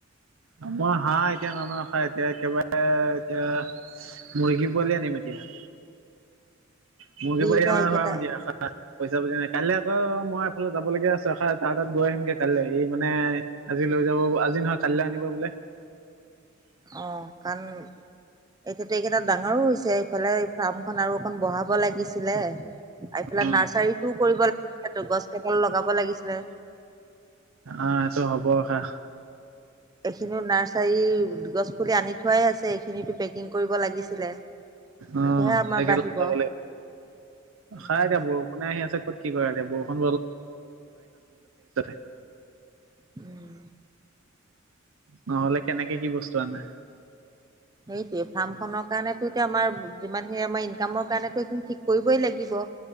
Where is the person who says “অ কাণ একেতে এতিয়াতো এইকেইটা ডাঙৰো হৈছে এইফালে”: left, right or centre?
Right